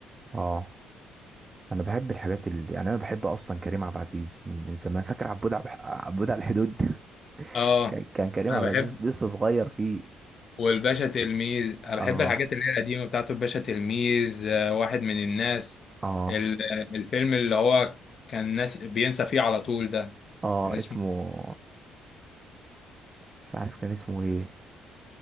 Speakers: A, on the right; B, on the left.
A: اه انا بحب الحاجات اللي يعني انا بحب اصلا كريم عبد العزيز من من زمان فاكر عبود عب... عبود على الحدود <laughs>
B: اه
A: كان كان كريم
B: انا
A: عبد
B: بحب
A: العزيز لسه صغير فيه
B: والباشا تلميذ
A: اه
B: انا بحب الحاجات اللي هي القديمه بتاعته الباشا تلميذ آه، واحد من الناس
A: اه
B: ال- الفيلم اللي هو كان ناس بينسى فيه على طول ده
A: اه
B: كان اسمه
A: اسمه مش عارف كان اسمه ايه